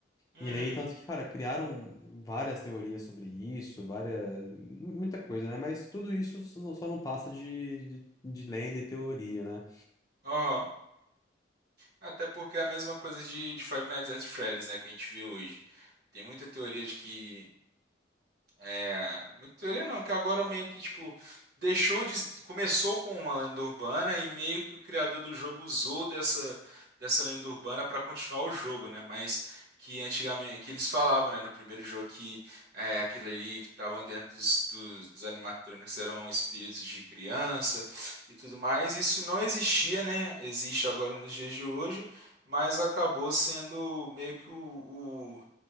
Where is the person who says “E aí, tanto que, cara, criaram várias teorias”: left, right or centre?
Left